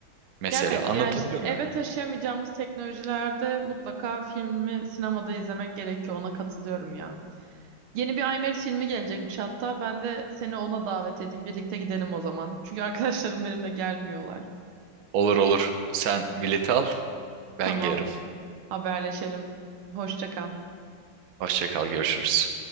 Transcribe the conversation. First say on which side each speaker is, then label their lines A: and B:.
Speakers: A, on the right; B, on the right.
A: Mesela
B: Ya Evet,
A: anlatabiliyor
B: ya işte eve
A: muyum?
B: taşıyamayacağımız teknolojilerde mutlaka filmi sinemada izlemek gerekiyor. Ona katılıyorum ya. Yeni bir IMAX filmi gelecekmiş hatta. Ben de seni ona davet edeyim. Birlikte gidelim o zaman. Çünkü arkadaşlarım benimle gelmiyorlar.
A: Olur olur. Sen bileti al, ben
B: Tamamdır.
A: gelirim.
B: Haberleşelim. Hoşça kal.
A: Hoşça kal, görüşürüz.